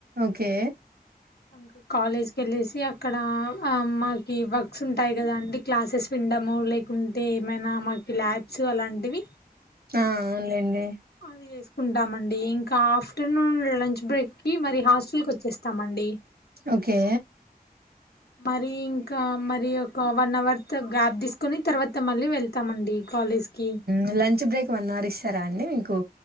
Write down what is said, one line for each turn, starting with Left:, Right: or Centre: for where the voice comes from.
Right: కే
Left: ఇంకా కాలేజ్కేళ్ళేసి అక్కడా ఆ మాకి వర్క్స్ ఉంటాయి కదా అండి క్లాసెస్విండము లేకుంటే ఏమైనా మాకి ల్యాబ్స్ అలాంటి ఇవి
Right: ఆ అవున్లేండి
Left: అది చేసుకుంటామండి ఇంకా ఆఫ్టర్నూన్ లంచ్ బ్రేక్కి మరి హాస్టల్కోచ్చేస్ తమండి
Right: ఓకే
Left: మరీ ఇంకా మరి ఒక వన్ అవర్త్ గ్యాప్ తీసుకొని తర్వాత మళ్ళీ వెళ్తామండి. కాలేజ్కి
Right: హు లంచ్ బ్రేక్ వన్ అవర్ ఇస్తార అండి. మీకు